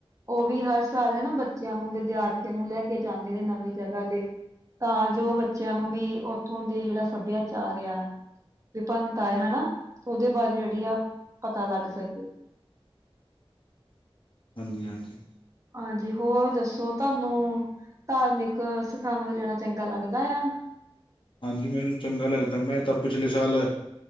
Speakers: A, on the right; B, on the left.
A: ਉਹ ਵੀ ਹਰ ਸਾਲ ਹਨਾ, ਬੱਚਿਆਂ ਨੂੰ, ਵਿਦਿਆਰਥੀਆਂ ਨੂੰ, ਲੈ ਕੇ ਜਾਂਦੇ ਨੇ ਨਵੀਂ ਜਗ੍ਹਾ ਦੇ ਤਾਂ ਜੋ ਬੱਚਿਆਂ ਨੂੰ ਵੀ, ਉੱਥੋਂ ਦੇ, ਜਿਹੜਾ ਸੱਭਿਆਚਾਰ ਆ, ਵਿਭ- <unintelligible> <unintelligible> ਹਨਾ, ਉਹਦੇ ਬਾਰੇ ਜਿਹੜੀ ਆ, ਪਤਾ ਲੱਗ ਸਕੇ
B: ਹਾਂਜੀ -ਹਾਂਜੀ!
A: ਹਾਂਜੀ, ਹੋਰ ਦੱਸੋ ਤੁਹਾਨੂੰ, ਧਾਰਮਿਕ ਸਥਾਨਾਂ ਤੇ ਜਾਣਾ, ਚੰਗਾ ਲੱਗਦਾ ਆ।
B: ਹਾਂਜੀ, ਮੈਨੂੰ ਚੰਗਾ ਲੱਗਦਾ, ਮੈਂ ਤਾਂ ਪਿਛਲੇ ਸਾਲ